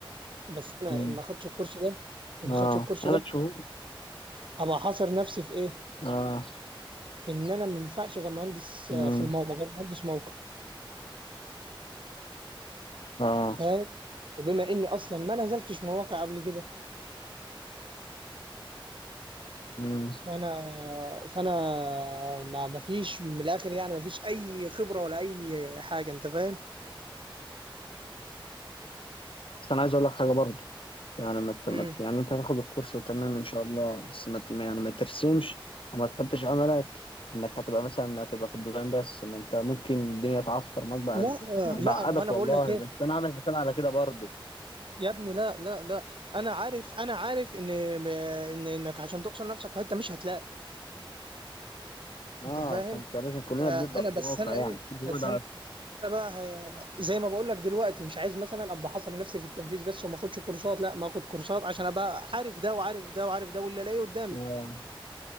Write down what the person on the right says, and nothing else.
بس انا
ما خدتش الكورس ده ما
خدتش الكورس
ده
هبقى حاصر نفسي في ايه
في ان انا ما ينفعش غير مهندس
آه، في الموقع غير مهندس موقع
فاهم وبما اني اصلا ما نزلتش مواقع قبل كده
فانا فانا ما ما فيش من الاخر يعني ما فيش اي خبره ولا اي حاجه انت فاهم
مم.
لا آه،
لا
ما انا
بقول لك ايه
يا ابني لا لا لا انا عارف انا عارف ان ان انك عشان تقصر نفسك في حته مش هتلاقي
انت فاهم
آه،
انا
بس
انا
ايه
بس
انا بقى هي- زي ما بقول لك دلوقتي مش عايز مثلا ابقى حاصر نفسي في التنفيذ بس وما اخدش كورسات لا ما اخد كورسات عشان ابقى عارف ده وعارف ده وعارف ده واللي الاقيه قدامي